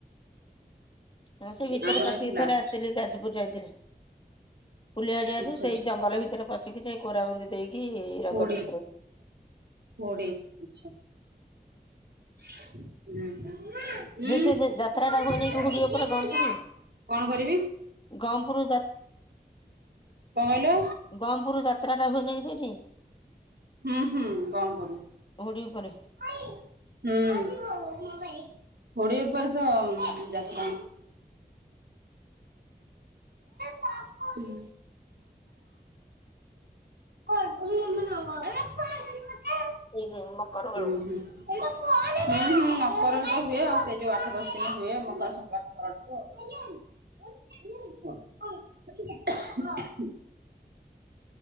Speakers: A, on the left; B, on the right.
A: ହଁ ସେ
B: ଡିଷ୍ଟ୍ରିକ୍ଟ।
A: ଭିତରେ
B: ଆମର
A: ପତିକି
B: ଏଠି ଲାଷ୍ଟ
A: ଥରେ ଆସିଥିଲି ଯାଜପୁର ଯାଇଥିଲି। ଫୁଲିଆଡିଆରୁ
B: ଆଚ୍ଛା
A: ସେଇ
B: ଆଚ୍ଛା
A: ଜଙ୍ଗଲ ଭିତରେ ପଶିକି ସେଇ କୋରା ବୁନ୍ଦି ଦେଇକି
B: <unintelligible>
A: ରଗଡ ଛକରକୁ
B: ହୁଁ ହୁଁ।
A: ଜୋ ସେ ଯେ ଯାତ୍ରା
B: ଉଁ
A: ଟା ହୁଏ ନେଇକି ହୁଡି ଉପରେ ଗମପୁର।
B: କଣ କରିବି?
A: ଗଅପୁର ଯ
B: କଣ କହିଲ?
A: ଗମପୁରରୁ ଯାତ୍ରା ଟା ହୁଏନିଁ ସେଇଠି?
B: ହୁଁ ହୁଁ ଗପୁରୁ।
A: ହୁଡି ଉପରେ
B: ହୁଁ ହୁଡି ଉପରେ ଛ ଯାତ୍ରା <unintelligible> <unintelligible> ହୁଁ ହୁଁ। ହୁଁ ହୁଁ ଅକରବ
A: ଏଇ
B: ତ
A: ମକର
B: ହୁଏ
A: ବେଳକୁ।
B: ଆଉ ସେଇ ଯୋଉ ଆଠ ଦଶ ଦିନ ହୁଏ ମକର ସଂକ୍ରାନ୍ତି ପରଠୁ ଆଉ।
A: <inaudible>
B: <unintelligible>